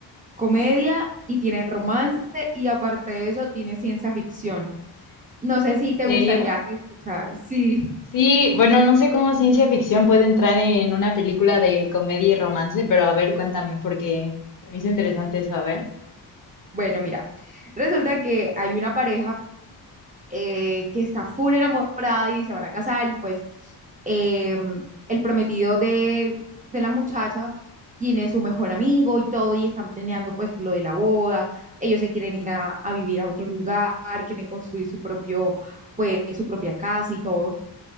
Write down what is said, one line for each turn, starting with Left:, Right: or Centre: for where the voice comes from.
Right: comedia y tiene romance y aparte de eso tiene ciencia ficción. No sé si
Left: ¿En
Right: te
Left: serio?
Right: gustaría escuchar. Sí,
Left: Sí, bueno, no sé cómo ciencia ficción puede entrar en una película de comedia y romance, pero a ver, cuéntame, porque se me hizo interesante eso, a ver.
Right: bueno, mira, resulta que hay una pareja eh, que está full enamorada y se van a casar y pues eh, el prometido de, de la muchacha tiene su mejor amigo y todo y están planeando pues lo de la boda, ellos se quieren ir a, a vivir a otro lugar, quieren construir su propio, pues su propia casa y todo.